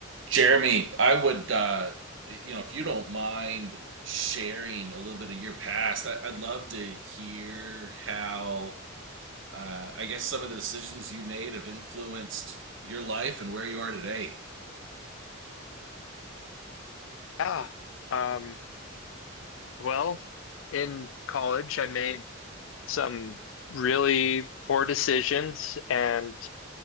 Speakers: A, on the right; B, on the left.
A: Jeremy, I would, uh, you know, if you don't mind sharing a little bit of your past, I, I'd love to hear how, uh, I guess, some of the decisions you made have influenced your life and where you are today.
B: Yeah. Um, well, in college, I made some really poor decisions and